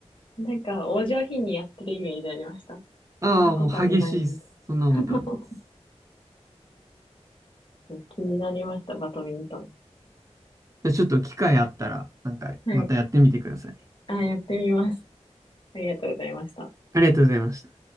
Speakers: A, on the left (about 45°); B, on the right (about 30°).
A: なんか、お上品にやってるイメージありました。
B: ああ、
A: そんなことはないんで。
B: もう激しいっす。そんなことはないです。
A: <laughs> 気になりました、バドミントン。
B: じゃあちょっと機会あったら、なんかまたやってみてください。
A: はい。あ、やってみます。ありがとうございました。
B: ありがとうございました。